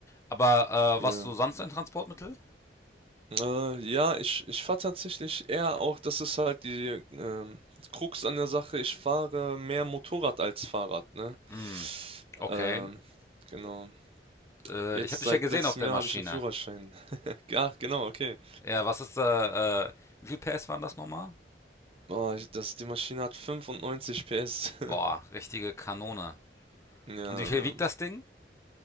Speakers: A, on the left; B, on the right.
A: Aber
B: ja.
A: äh, was so sonst ein Transportmittel?
B: Äh, ja, ich ich fahre tatsächlich eher auch das ist halt die, ähm, Krux an der Sache, ich fahre mehr Motorrad als Fahrrad, ne?
A: Hm, okay.
B: Ähm, genau.
A: Äh,
B: Jetzt
A: ich habe dich
B: seit
A: ja gesehen
B: letztem
A: auf der
B: Jahr
A: Maschine.
B: habe ich einen Führerschein. <laughs> Ach, genau, okay.
A: Ja, was ist da, äh, wie viel PS waren das nochmal?
B: Oh, ich das die Maschine hat 95 PS. <laughs>
A: Boah, richtige Kanone.
B: Ja,
A: Und wie viel wiegt
B: ähm,
A: das Ding?